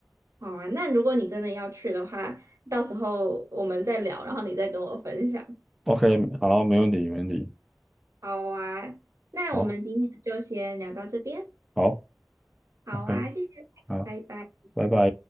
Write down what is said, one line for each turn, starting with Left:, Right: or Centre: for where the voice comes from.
Right: 好啊，那如果你真的要去的话，到时候我们再聊，然后你再跟我分享。
Centre: OK，好，没问题没问题，
Right: 好啊，那我们今天就先聊到这边。
Centre: 好，好
Right: 好啊，
Centre: ，OK，
Right: 谢谢
Centre: 好，
Right: 拜拜。
Centre: 拜拜。